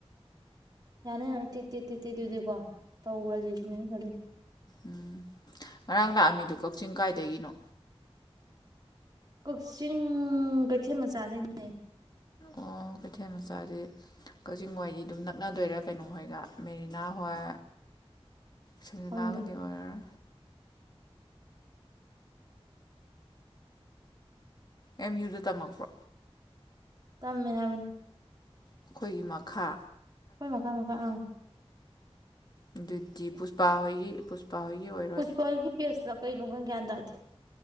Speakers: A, on the right (about 40°); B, on the left (about 40°).
A: ꯌꯥꯅ ꯌꯥꯅꯕ ꯇꯦꯛ ꯇꯦꯛ ꯇꯦꯛ ꯇꯦꯛ ꯑꯣꯏꯖꯨ ꯀꯣ ꯇꯧꯒ꯭ꯔꯒꯦ ꯁꯤꯅꯦ ꯑꯩꯅ ꯈꯜꯂꯤ
B: ꯎ ꯎꯝ ꯉꯔꯥꯡ ꯂꯥꯛꯑꯝꯃꯤꯗꯨꯣ ꯀꯛꯆꯤꯡ ꯀꯥꯏꯗꯒꯤꯅꯣ
A: ꯀꯛꯆꯤꯡ ꯀꯩꯊꯦꯜ ꯃꯆꯥꯗꯩꯅꯦ
B: ꯑꯣ ꯀꯩꯊꯦꯜ ꯃꯆꯥꯗꯤ ꯀꯛꯆꯤꯡ ꯋꯥꯏꯔꯤ ꯑꯗꯨꯝ ꯅꯛꯅꯗꯣꯏꯔꯥ ꯀꯩꯅꯣ ꯍꯣꯏꯒ ꯃꯦꯔꯤꯅꯥ ꯍꯣꯏ ꯁꯟꯖꯤꯅꯥꯒꯗꯤ
A: ꯈꯪꯗꯦ
B: ꯑꯣꯏꯔꯔꯣꯏ ꯑꯦꯝ ꯌꯨꯗ ꯇꯝꯃꯛꯄ꯭ꯔꯣ
A: ꯇꯝꯃꯦ ꯍꯥꯏꯕ
B: ꯑꯩꯈꯣꯏꯒꯤ ꯃꯈꯥ
A: ꯍꯣꯏ ꯃꯈꯥ ꯃꯈꯉꯥ ꯑꯥ
B: ꯑꯗꯨꯗꯤ ꯄꯨꯁꯄꯥꯍꯣꯏꯒꯤ ꯄꯨꯁ ꯄꯥꯍꯣꯏꯒꯤ ꯑꯣꯏꯔꯣꯏ
A: ꯄꯨꯁꯄꯥ ꯍꯣꯏꯒꯤ ꯕꯦꯁꯂ ꯀꯩꯅꯣ ꯍꯪ ꯒ꯭ꯌꯥꯟ ꯇꯥꯗꯦ